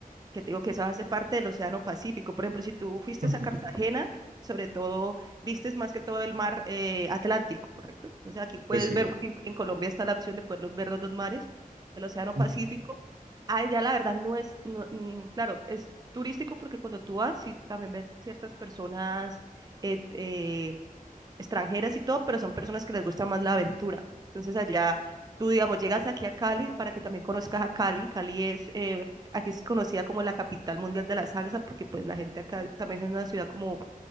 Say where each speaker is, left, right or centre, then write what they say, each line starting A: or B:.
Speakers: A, on the right (about 25°); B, on the right (about 75°).
A: que te digo que esa hace parte del Océano Pacífico. Por ejemplo, si tú fuiste
B: <laughs>
A: a Cartagena, sobre todo, vistes más que todo el mar eh, Atlántico, ¿correcto? Entonces aquí puedes
B: Pues sí.
A: ver, porque en, en Colombia está la opción de poder los- ver los dos mares, el Océano
B: Ujú.
A: Pacífico. Ah, ya la verdad no es, no- mm, claro, es turístico porque cuando tú vas, sí, también ves ciertas personas eh, eh, extranjeras y todo, pero son personas que les gusta más la aventura. Entonces allá tú, digamos, llegas aquí a Cali para que también conozcas a Cali. Cali es, eh, aquí es conocida como la capital mundial de la salsa porque pues la gente acá también es una ciudad como